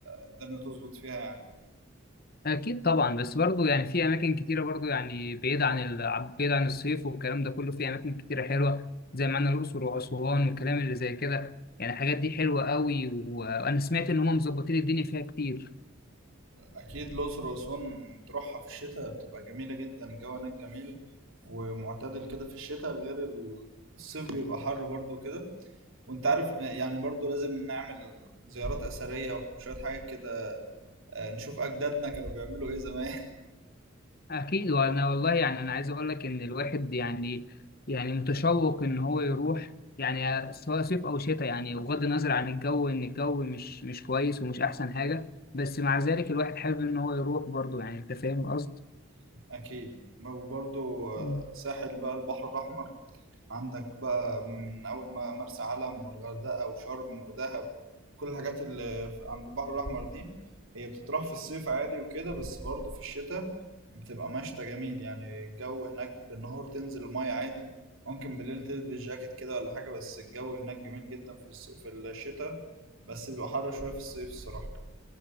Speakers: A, on the right; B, on the left.
A: الدنيا تظبط فيها يعني
B: أكيد طبعا بس برضه يعني في أماكن كتيرة برضه يعني بعيد عن ال... بعيد عن الصيف والكلام ده كله في أماكن كتيرة حلوة زي ما عندنا الأقصر وأسوان والكلام اللي زي كده يعني الحاجات دي حلوة قوي و- وأنا سمعت إن هم مظبطين الدنيا فيها كتير
A: أكيد الأقصر وأسوان تروحها في الشتاء بتبقى جميلة جدا الجو هناك جميل ومعتدل كده في الشتاء غير ال- الصيف بيبقى حر برضو كده وانت عارف إن- يعني برضو لازم نعمل زيارات أثرية وشوية حاجات كده آه، نشوف أجدادنا كانوا بيعملوا إيه زمان
B: أكيد وأنا والله يعني أنا عايز أقول لك إن الواحد يعني يعني متشوق إن هو يروح يعني سواء صيف أو شتاء يعني بغض النظر عن الجو إن الجو مش مش كويس ومش أحسن حاجة بس مع ذلك الواحد حابب إن هو يروح برضه يعني أنت فاهم القصد؟
A: <laughs> أكيد وبرضو آه،
B: مم.
A: ساحل بقى البحر الأحمر عندك بقى من أول ما مرسى علم والغردقة وشرم ودهب كل الحاجات اللي في- عند البحر الأحمر دي هي بتتراح في الصيف عادي وكده بس برضه في الشتاء بتبقى مشتى جميل يعني الجو هناك بالنهار تنزل المية عادي ممكن بالليل تلبس جاكيت كده ولا حاجة بس الجو هناك جميل جدا في الص... في الشتاء بس بيبقى حر شوية في الصيف الصراحة